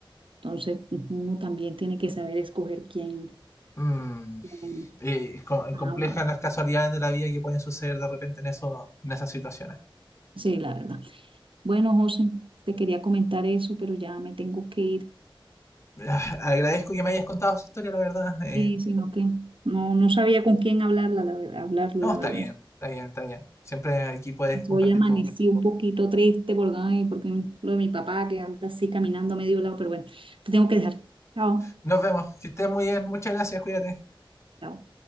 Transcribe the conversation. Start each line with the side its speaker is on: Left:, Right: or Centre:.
Right: Entonces, uno también tiene que saber escoger quién,
Left: Mm,
Right: quién.
Left: y co-
Right: Ah,
Left: complejas
Right: bueno,
Left: las casualidades de la vida que pueden suceder de repente en, eso, en esas situaciones.
Right: sí, la verdad. Bueno, José, te quería comentar eso, pero ya me tengo que ir.
Left: Ah, Agradezco que me hayas contado esa historia, la verdad. Eh,
Right: Sí, sino que no, no sabía con quién hablarla, la verdad, hablarlo,
Left: No,
Right: la
Left: está
Right: verdad.
Left: bien, está bien, está bien. Siempre aquí puedes compartir
Right: Hoy amanecí
Left: todo.
Right: un poquito triste porque, ay, porque lo de mi papá que anda así caminando a medio lado, pero bueno, te tengo que dejar. Chao.
Left: Nos vemos, que estés muy bien. Muchas gracias, cuídate.
Right: Chao.